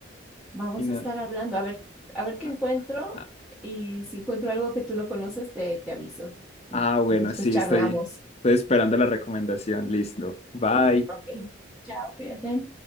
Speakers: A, in the centre; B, on the left.
A: vamos
B: y nada.
A: a estar hablando, a ver, a ver qué
B: Ah,
A: encuentro
B: ah,
A: y si encuentro algo que tú no conoces, te, te aviso y,
B: ah, bueno,
A: y después
B: sí,
A: charlamos.
B: estoy, estoy esperando la recomendación, listo, bye.
A: Ok, chao, cuídate.